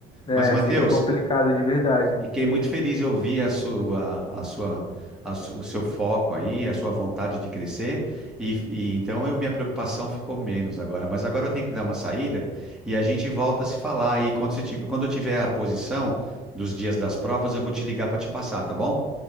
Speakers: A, on the left; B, in the centre.
A: É,
B: Mas, Matheus,
A: fica complicado de verdade.
B: fiquei muito feliz em ouvir a sua, a sua, a su- o seu foco aí, a sua vontade de crescer, e, e então eu, minha preocupação ficou menos agora. Mas agora eu tenho que dar uma saída e a gente volta a se falar. E quando você tiver, quando eu tiver a posição dos dias das provas, eu vou te ligar para te passar, tá bom?